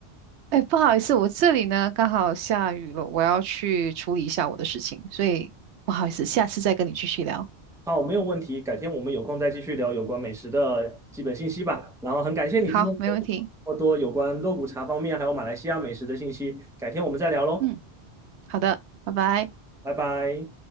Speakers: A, on the right (about 85°); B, in the centre.
A: 哎，不好意思，我这里呢刚好下雨了，我要去处理一下我的事情，所以不好意思，下次再跟你继续聊。
B: 好，没有问题，改天我们有空再继续聊有关美食的基本信息吧。然后很感谢你今天给我分享这么多有关肉骨茶方面还有马来西亚美食的信息，
A: 好，没问题。
B: 改天我们再聊喽，
A: 嗯，好的，拜拜。
B: 拜拜。